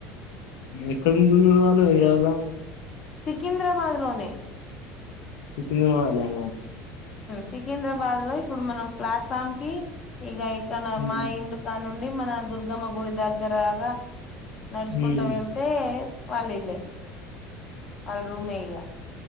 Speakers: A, on the left; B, on the left.
A: ఎక్కడ ఉంటున్నారు వాలు హైదరావాద్ ల
B: సికింద్రాబాద్ లోనే
A: సికింద్రాబాద్ లన
B: సికింద్రాబాద్ లో ఇప్పుడు మనం ప్లాట్ఫామ్ కి ఇగ
A: హ్మ్
B: మా ఇల్లు కాను ఉం మేము మన దుర్గమ గుడి దగ్గరగా నడుచుకుంటా
A: హ్మ్
B: వెళ్తే వలిల్లే అల రూమే ఇగా